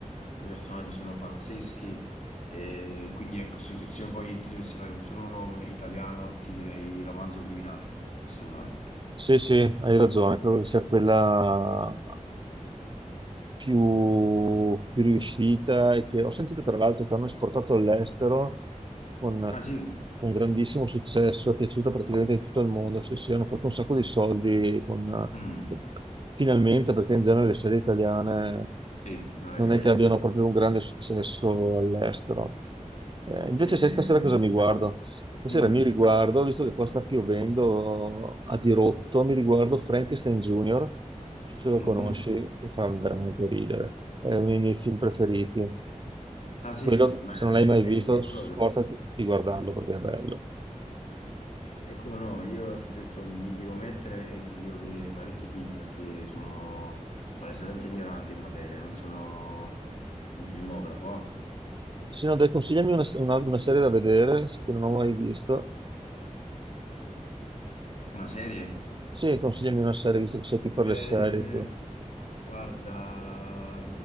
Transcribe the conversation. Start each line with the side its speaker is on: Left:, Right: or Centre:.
Left: i personaggi sono pazzeschi e quindi ecco, se, se io poi ti dovessi fare un solo nome italiano ti direi romanzo criminale, assolutamente.
Right: Sì, sì, hai ragione, credo che sia quella più, più riuscita e che ho sentito tra l'altro che hanno esportato all'estero con,
Left: Ah sì?
Right: con grandissimo successo, è piaciuta praticamente in tutto il mondo, sì, sì, hanno fatto un sacco di soldi con-
Left: Mm,
Right: finalmente perché in genere le serie italiane
Left: sì, non
Right: non
Left: è che
Right: è che abbiano
Left: sia
Right: proprio un grande successo all'estero. Eh, invece
Left: Eh,
Right: sai stasera cosa mi guardo? Stasera
Left: mm,
Right: mi riguardo, visto che qua sta piovendo a dirotto, mi riguardo Frankenstein Junior, non so se lo
Left: mhm.
Right: conosci, che fa veramente ridere. È uno dei miei film preferiti.
Left: Ah sì,
Right: Quello,
Left: ma
Right: se non l'hai mai
Left: è
Right: visto,
Left: un film
Right: sforzati
Left: proprio.
Right: di guardarlo perché è bello.
Left: E come no, io ti ho detto mi devo mettere e mi devo vedere parecchi film perché sono palesemente ignorante in materia, non sono un filmografo. ah.
Right: Se no, dai, consigliami una, una- una serie da vedere che non ho mai visto.
Left: Una serie?
Right: Sì, consigliami una serie, visto che sei più per
Left: Eh,
Right: le serie tu.
Left: guarda,